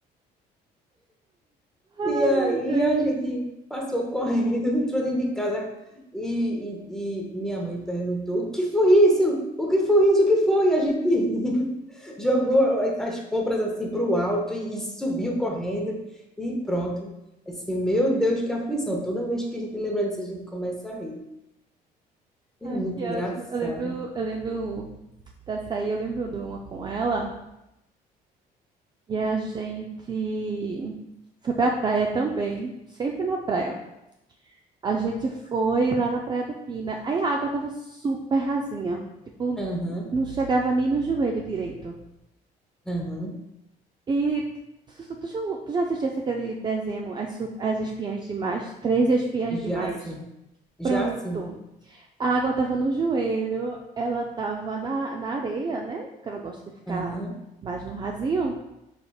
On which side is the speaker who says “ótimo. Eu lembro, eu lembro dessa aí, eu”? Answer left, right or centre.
Right